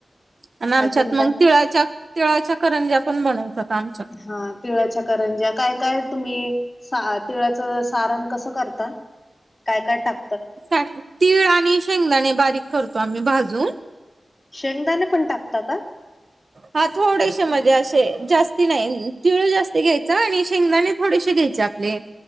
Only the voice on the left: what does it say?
अजून
काय
हा तिळाच्या करंज्या, काय काय तुम्ही सा, तिळाचं सारण कसं करता?, काय काय टाक
शेंगदाणे पण टाकता का?